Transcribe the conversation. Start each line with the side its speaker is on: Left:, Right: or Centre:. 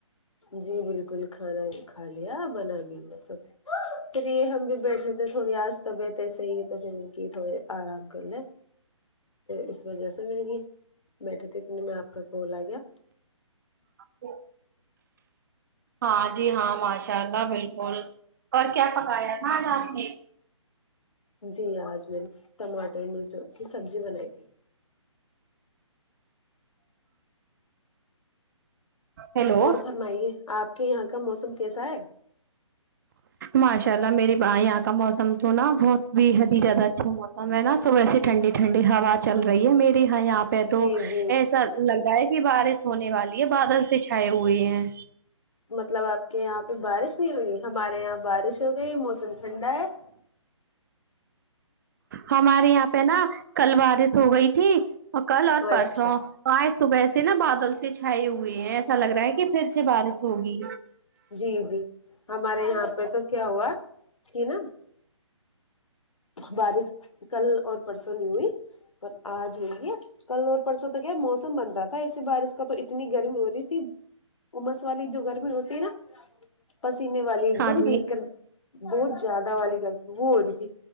Left: جی بلکل کھانا کھا لیا بنا بھی لیا سب پھر یہ ہم بھی بیٹھے تھے تھوڑی آج طبیعت ہے صحی تو پھر کی تھوڑے آرام کر لے اس وجہ سے دیکھئے بیٹھے تھے کہ اتنے میں آپ کا کول آ گیا
Right: ج <unintelligible> ہاں جی ہاں ماشاء اللہ بالکل اور کیا پکایا تھا آج اپ نے
Left: جی آج میں نے ٹماٹر مرچ کی سبجی بنایی تھی
Right: ہیلو
Left: اور فرمائیے آپ کے یہاں کا موسم کیسا ہے
Right: ماشاء اللہ میرے بھائی یہا کا موسم تو نہ بھوت بیحد ھی زیادہ اچھا موسم ہے نہ صبح سے ٹھنڈی ٹھنڈی ہوا چل رہی ہے میرے ہیا پے تو
Left: جی جی
Right: ایسا لگ رہا ہے کہ بارش ہونے والی ہے بادل سے چھائے ہوئے ہیں
Left: مطلب آپ کے یہاں پہ بارش نہیں ہوئی ہمارے یہاں بارش ہو گئی موسم ٹھنڈا ہے
Right: ہمارے یہاں پہ نا کل بارش ہو گئی تھی کل اور پرسوں
Left: اچھا
Right: آج صبح سے نا بادل سے چھائے ہوئے ہیں ایسا لگ رہا ہے کہ پھر سے بارش ہوگی
Left: جی جی ہمارے یہاں پہ تو کیا ہوا ہی نا بارش کل اور پرسوں نہیں ہوئی پر آج ہوی ہے کل اور پرسوں تو کیا موسم بن رہا تھا ایسے بارش کا تو اتنی گرمی ہو رہی تھی امس والی جو گرمی ہوتی ہے نا پسینے والی ایک
Right: ہاں
Left: دم
Right: جی
Left: بھیگ کر بوھت زیادہ والی گرمی وہ ہورہی تھی